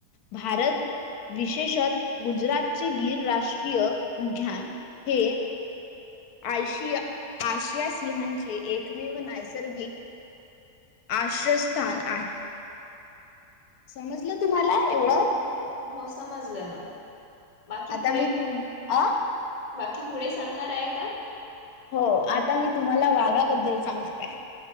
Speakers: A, on the left; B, on the left.
A: भारत. विशेषत गुजरातचे गीर राष्ट्रीय उघ्यान हे. आशिया आशिया सिंहांचे एकमेव नैसर्गिक. आश्रयस्थान आहे. समजलं तुम्हाला एवढं.
B: हो हो समजलं ना. बाकी
A: आता
B: पुढे
A: मी तु अ.
B: बाकी पुढे सांगणार आहे का.
A: हो आता मी तुम्हाला वाघाबद्दल सांगणार आहे.